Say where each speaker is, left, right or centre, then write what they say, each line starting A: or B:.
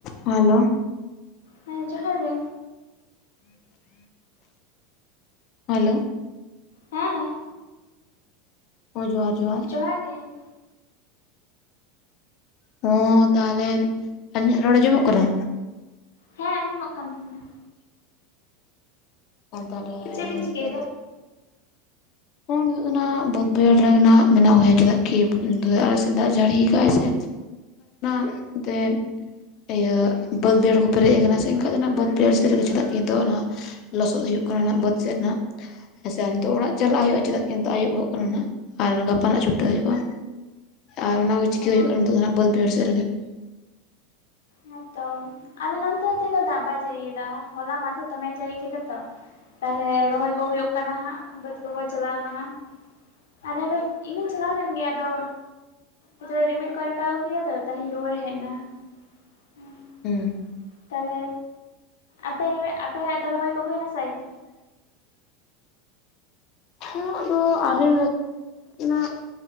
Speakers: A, on the left; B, on the left.
A: Hello
B: ᱦᱮᱸ ᱡᱚᱦᱟᱨ ᱜᱮ
A: ᱦᱮᱞᱳ
B: ᱦᱮᱸ
A: <inaudible> ᱦᱚᱭ ᱡᱚᱦᱟᱨ ᱡᱚᱦᱟᱨ
B: ᱡᱚᱦᱟᱮ ᱜᱮ
A: ᱦᱚᱸ ᱛᱟᱦᱚᱞᱮ ᱟᱹᱞᱤᱧᱟᱜ ᱨᱚᱲ ᱟᱸᱡᱚᱢᱚᱜ ᱠᱟᱱᱟ
B: ᱦᱮᱸ ᱟᱸᱡᱚᱢᱚᱜ ᱠᱟᱱ ᱛᱤᱧᱟᱹ
A: ᱦᱮᱸ ᱛᱟᱦᱚᱞᱮ
B: ᱵᱤᱱ ᱪᱤᱠᱟᱹᱭᱮᱫᱟ
A: ᱪᱮᱫ ᱦᱩᱭᱩᱜ ᱠᱟᱱᱟ ᱵᱟᱹᱫᱽ ᱵᱟᱹᱭᱦᱟᱲ ᱨᱮᱱᱟᱜ ᱢᱮᱱᱟᱜ ᱦᱩᱭᱩᱜᱭᱟ ᱪᱮᱫᱟᱜ ᱠᱤ ᱟᱞᱮ ᱥᱮᱫ ᱫᱟᱜ ᱡᱟᱹᱲᱤ ᱠᱟᱜ ᱟᱭ ᱥᱮ <unintelligible> ᱛᱮ ᱤᱭᱟᱹ ᱵᱟᱹᱫᱽ ᱵᱟᱹᱭᱦᱟ. ᱲ ᱠᱚ ᱯᱮᱨᱮᱡ ᱠᱟᱱᱟ ᱥᱮ ᱮᱱᱠᱷᱟ ᱫᱚ ᱵᱟᱹᱫᱽ ᱵᱮᱲ ᱥᱮᱫ ᱨᱮᱜᱮ ᱪᱮᱫᱟᱜ ᱠᱤ ᱱᱤᱛᱚᱜ ᱱᱚᱣᱟ ᱞᱚᱥᱚᱫ ᱦᱩᱭᱩᱜ ᱠᱟᱱᱟ ᱱᱟᱦᱟᱜᱵᱟᱹᱫᱽ ᱥᱮᱫ ᱨᱮ ᱱᱟᱦᱟᱜ ᱦᱮᱸ ᱥᱮ ᱟᱨ ᱱᱤᱛᱚᱜ ᱚᱲᱟᱜ ᱪᱟᱞᱟᱜ ᱦᱩᱭᱩᱜᱼᱟ ᱪᱮᱫᱟᱜ ᱠᱤᱱᱛᱩ ᱟᱹᱭᱩᱵᱚᱜ ᱠᱟᱱᱟ ᱱᱟ ᱟᱨ ᱜᱟᱯᱟ ᱦᱟᱜ ᱪᱷᱩᱴᱟᱹᱜ ᱦᱩᱭᱩᱜᱼᱟ ᱟᱨ ᱚᱱᱟᱜᱮ ᱪᱤᱠᱟᱹ
B: ᱚ
A: ᱦᱩᱭᱩᱜ ᱠᱟᱱᱟ ᱱᱤᱛᱚᱜ ᱫᱚ ᱦᱟᱜ ᱵᱟᱹᱭᱦᱟᱹᱲ ᱥᱮᱫ ᱨᱮᱜᱮ
B: ᱦᱮᱸᱛᱚ ᱟᱞᱮ ᱱᱚᱱᱛᱮ ᱫᱚ ᱛᱤᱱᱟᱹᱜ ᱫᱟᱜ ᱵᱟᱭ ᱡᱟᱹᱲᱤᱭᱟ ᱦᱚᱞᱟ ᱢᱟᱫᱷᱮᱨ ᱫᱚᱢᱮ ᱡᱟᱹᱲᱤ ᱠᱮᱫᱟ ᱛᱚ ᱛᱟᱦᱞᱮ ᱨᱚᱦᱚᱭ ᱠᱚ ᱦᱩᱭᱩᱜ ᱠᱟᱱᱟ ᱦᱟᱸᱜ ᱵᱟᱹᱫᱽ ᱠᱚᱠᱚ ᱪᱟᱞᱟᱣ ᱠᱟᱱᱟ ᱟᱞᱮ ᱨᱮᱱ ᱤᱧ ᱦᱚᱸᱧ ᱪᱟᱞᱟᱣ ᱞᱮᱱ ᱜᱮᱭᱟ ᱟᱫᱚ ᱟᱫᱚ ᱨᱤᱢᱤᱞ ᱠᱚᱭ ᱨᱟᱠᱟᱵ ᱟ. ᱜᱩ ᱠᱮᱫᱟ ᱛᱚ ᱛᱟᱦᱚᱞᱮᱧ ᱨᱩᱣᱟᱹᱲ ᱦᱮᱡ ᱮᱱᱟ ᱦᱮᱸ
A: ᱦᱩᱸ
B: ᱛᱟᱦᱚᱞᱮ ᱟᱯᱮ ᱟᱯᱮᱭᱟᱜ ᱫᱚ ᱨᱚᱦᱚᱭ ᱠᱚ ᱦᱩᱭᱱᱟ ᱥᱮ ᱟᱣᱨᱤ
A: ᱦᱮᱸ ᱟᱫᱚ <unintelligible>